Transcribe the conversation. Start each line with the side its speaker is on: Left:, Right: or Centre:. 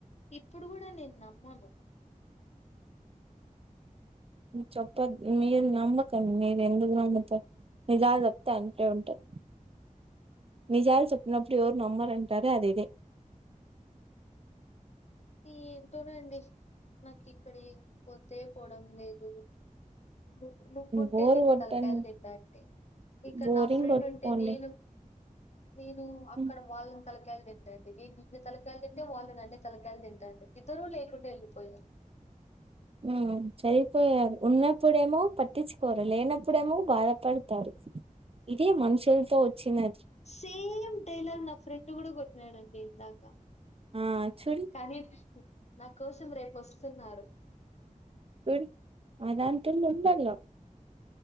Left: ఇప్పుడు కూడా నేను నమ్మను
Right: చెప్పద్ మీరు నమ్మకండి మీరు ఎందుకు నమ్మతారు నిజాలు చెప్తా అంతే ఉంటారు నిజాలు చెప్పినప్పుడు ఎవరు నమ్మరు అంటార అది ఇదే
Left: ఏంటోనండి నాకు ఇక్కడి పొద్దే పోవడం లేదు నువ్వు నువ్వుంటే
Right: బోరు
Left: నిన్న
Right: కొట్టండి
Left: తలకాయలు తింటాంటి ఇంకా
Right: బోరింగ్
Left: నా ఫ్రెండ్
Right: కొట్టుకోండి
Left: ఉంటే నేను నేను అక్కడ
Right: ఉమ్
Left: వాళ్ళని తలకాయలు తిన్ అడి మీ నిన్న తలకాయదింటే వాళ్ళు నన్నే తల తింటండి ఇద్దరూ లేకుండా వెళ్ళిపోయారు
Right: ఉమ్ చనిపోయారు ఉన్నప్పుడేమో పట్టిచ్చుకోరు లేనప్పుడేమో బాధపడతారు ఇదే మనుషులతో వచ్చినది
Left: సేమ్ టైలర్ నా ఫ్రెండ్ కూడా కొ యాడండి ఇందాక
Right: ఆ చూడి
Left: కానీ నా కోసం రేపు వస్తున్నారు
Right: చూడి అదాంత ఉండల